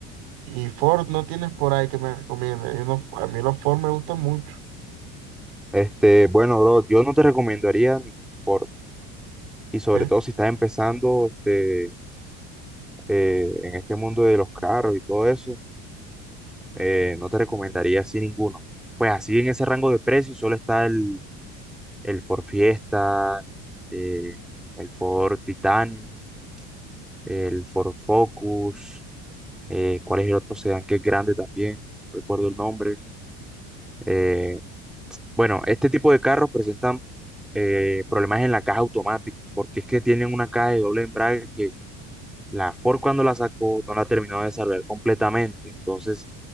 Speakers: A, on the right; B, in the centre.
A: y Ford no tienes por ahí que me recomiende. Hay unos- a mí los Ford me gustan mucho,
B: este, bueno, bro, yo no te recomendaría ningún Ford, y sobre
A: ¿qué?
B: todo si estás empezando este, eh, en este mundo de los carros y todo eso, eh, no te recomendaría así ninguno. Pues así en ese rango de precios solo está el, el Ford Fiesta, eh, el Ford Titanium, el Ford Focus. eh, cuál es el otro sedán que es grande también, no recuerdo el nombre. Eh, bueno, este tipo de carros presentan eh, problemas en la caja automática, porque es que tienen una caja de doble embrague que la Ford cuando la sacó no la terminó de desarrollar completamente. Entonces,